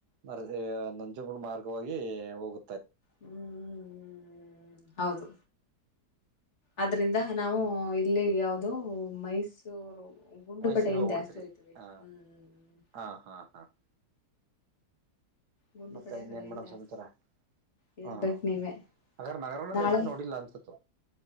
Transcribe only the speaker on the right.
ನ <unintelligible> ಳು ಮಾರ್ಗವಾಗಿ ಹೋಗು
ಮೈಸೂರು ಹೋಗ್ಬಿಡ್ತಿರಿ
ಹ
ಹಾ ಹಾ ಹಾ <inaudible>
ಮತ್ತೆ ಇನ್ನೇನ್
ಮೇಡಮ್ ಸಮಾಚಾರ
ಹಾ
ಹಾಗಾದ್ರೆ ನಗರನ
ಜಾಸ್ತಿ ನೋಡಿಲ್ಲ ಅನ್ಸತ್ತು